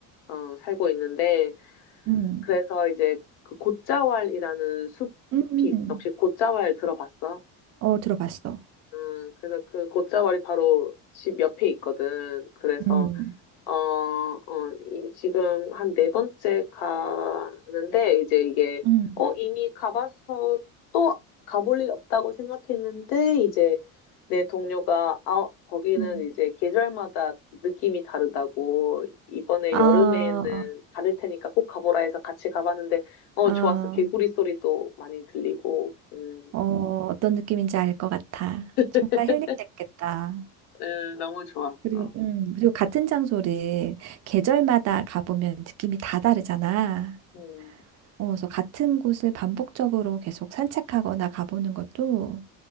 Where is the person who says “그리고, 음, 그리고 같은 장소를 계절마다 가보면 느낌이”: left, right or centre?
Right